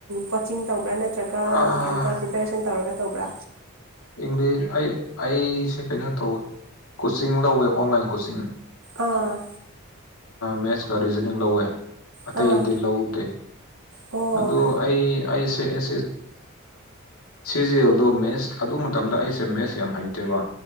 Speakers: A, on the right (about 75°); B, on the left (about 85°).
A: ꯀꯣꯆꯤꯡ ꯇꯧꯕ꯭ꯔꯥ ꯅꯠꯇ꯭ꯔꯒ
B: ꯑꯥ
A: ꯃꯊꯟꯇ ꯄ꯭ꯔꯤꯄꯦꯔꯦꯁꯟ ꯇꯧꯔꯒ ꯇꯧꯕ꯭ꯔꯥ
B: ꯏꯪꯂꯤꯁ ꯑꯩ ꯑꯩꯁꯦ ꯀꯩꯅꯣ ꯇꯧꯋꯦ ꯀꯣꯆꯤꯡ ꯂꯧꯋꯦ ꯑꯣꯟꯂꯥꯏꯟ ꯀꯣꯆꯤꯡ
A: ꯑꯥ
B: ꯃꯦꯁꯀ ꯔꯔꯤꯖꯅꯤꯡ ꯂꯧꯒꯦ ꯑꯇꯩꯗꯤ
A: ꯑꯥ
B: ꯂꯧꯗꯦ
A: ꯑꯣ
B: ꯑꯗꯨ ꯑꯩ ꯑꯦꯁ ꯑꯦ ꯁꯤ ꯁꯤꯖꯜ ꯗꯣ ꯃꯁ ꯑꯗꯨ ꯃꯇꯝꯗ ꯑꯩꯁꯦ ꯃꯦꯠꯁ ꯌꯥꯝ ꯍꯩꯇꯦꯕ